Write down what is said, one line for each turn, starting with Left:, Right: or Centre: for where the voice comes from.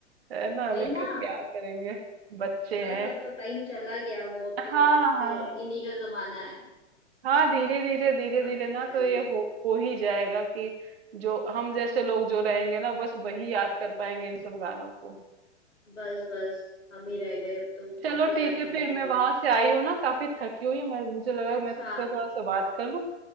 Right: है ना
Left: वही
Right: लेकिन
Left: ना
Right: क्या करेंगे बच्चे
Left: बस
Right: हैं
Left: अब तो टाइम चला गया वो अब
Right: हाँ
Left: तो अब तो
Right: हाँ
Left: इन्हीं का जमाना है
Right: हाँ धीरे धीरे धीरे
Left: अब
Right: धीरे
Left: तो
Right: ना
Left: क्या
Right: तो
Left: ही
Right: ये
Left: है
Right: हो हो ही जाएगा कि जो हम जैसे लोग जो रहेंगे ना बस वही याद कर पाएंगे इन सब गानों को
Left: बस बस हम ही रह गए अब तो
Right: चलो
Left: इनको
Right: ठीक
Left: याद
Right: है
Left: करने
Right: फिर मैं
Left: के लिए
Right: वहां से आई हूँ ना काफी थकी हुई है, मैं मुझे लगा
Left: अच्छा
Right: मैं तुमसे थोड़ा सा बात कर लूं